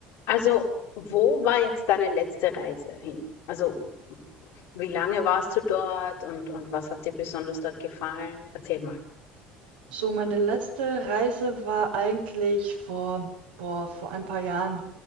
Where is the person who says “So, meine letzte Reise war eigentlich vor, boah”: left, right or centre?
Right